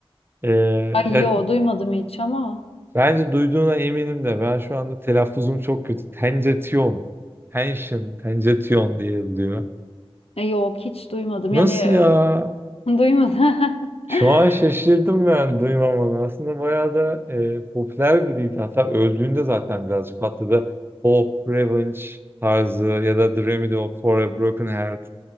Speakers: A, on the right; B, on the left.
A: e,
B: ay
A: ya
B: yo duymadım hiç ama.
A: bence duyduğuna eminim de ben şu anda telaffuzum çok kötü. Tenjetion. Tension. Tenjetion diye yazılıyor.
B: E, yok hiç duymadım
A: Nasıl
B: yani e,
A: ya?
B: <laughs> duymadım. <laughs>
A: Şu an şaşırdım ben duymamana. Aslında bayağı da e, popüler biriydi. Hatta öldüğünde zaten birazcık patladı. Hope, Revenge tarzı ya da The Remedy of for a Broken Heart